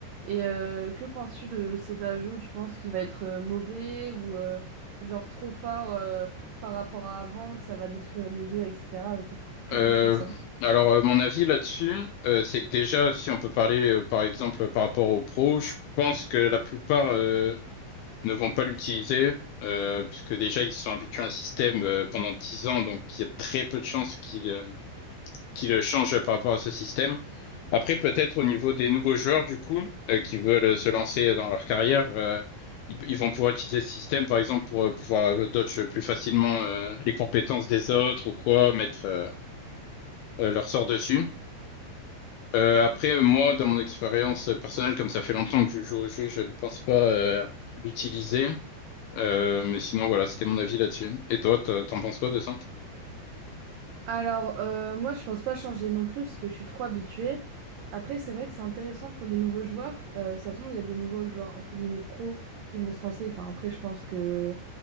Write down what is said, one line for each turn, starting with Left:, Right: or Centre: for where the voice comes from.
Right: Et euh, que penses-tu de cet ajout? Tu penses qu'il va être euh, mauvais ou euh, genre trop fort euh, par rapport à avant, que ça va détruire le jeu, etc. Que, que
Left: Euh,
Right: penses-tu de ça?
Left: alors, euh, mon avis là-dessus, euh, c'est que déjà, si on peut parler, euh, par exemple, par rapport aux pros, je pense que la plupart euh, ne vont pas l'utiliser, euh, parce que déjà, ils sont habitués à un système euh, pendant 10 ans, donc il y a très peu de chances qu'ils euh, qui le change par rapport à ce système. Après, peut-être au niveau des nouveaux joueurs, du coup, euh, qui veulent euh, se lancer dans leur carrière, euh, ils, ils vont pouvoir utiliser ce système, par exemple, pour euh, pouvoir euh, dodge plus facilement euh, les compétences des autres ou quoi, mettre euh, euh, leur sort dessus. Euh, après, euh, moi, dans mon expérience personnelle, comme ça fait longtemps que je joue au jeu, je ne pense pas euh, l'utiliser. Euh, mais sinon, voilà, c'était mon avis là-dessus. Et toi, t- t'en penses quoi de ça?
Right: Alors, euh, moi, je pense pas changer non plus parce que je suis trop habituée. Après, c'est vrai que c'est intéressant pour les nouveaux joueurs. Euh, ça tombe, il y a des nouveaux joueurs, entre guillemets, pros qui vont se lancer. Enfin, après, je pense que